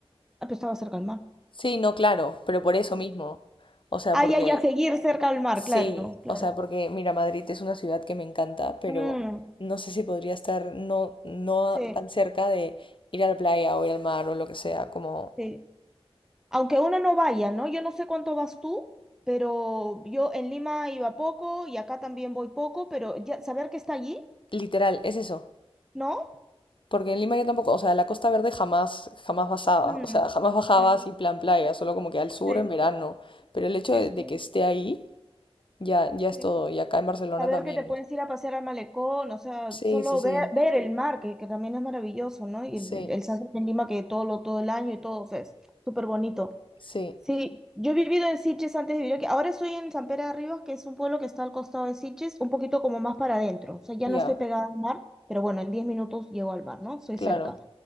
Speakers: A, in the centre; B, on the left.
A: Ah, pero estaba cerca al mar.
B: Sí, no, claro, pero por eso mismo, o sea,
A: Ah,
B: porque
A: ya, ya, seguir cerca al mar,
B: Sí,
A: claro, claro.
B: o sea, porque mira, Madrid es una ciudad que me encanta, pero
A: Mm,
B: no sé si podría estar no, no
A: sí.
B: tan cerca de ir a la playa o ir al mar o lo que sea, como
A: Sí. Aunque uno no vaya, ¿no? Yo no sé cuánto vas tú, pero yo en Lima iba poco y acá también voy poco, pero ya saber que está allí,
B: literal, es eso.
A: ¿no?
B: Porque en Lima yo tampoco, o sea, la Costa Verde jamás, jamás bajaba,
A: Mm,
B: o sea, jamás bajaba
A: mm,
B: así plan playa, solo como que al sur
A: sí,
B: en verano. Pero el hecho
A: sí,
B: de,
A: sí,
B: de que esté ahí, ya, ya es
A: sí.
B: todo. Y acá en Barcelona
A: Saber
B: también.
A: que te puedes ir a pasear al malecón, o sea,
B: Sí,
A: solo
B: sí, sí,
A: ver, ver el mar, que, que también es maravilloso, ¿no? Y
B: sí,
A: el, el sunset en Lima, que todo lo, todo el año y todo, o sea, es súper bonito.
B: sí,
A: Sí, yo he vivido en Sitges antes de vivir aquí. Ahora estoy en San Pere de Ribas, que es un pueblo que está al costado de Sitges, un poquito como más para adentro. O sea, ya
B: ya,
A: no estoy pegada al mar, pero bueno, en 10 minutos llego al mar, ¿no? Soy
B: claro.
A: cerca.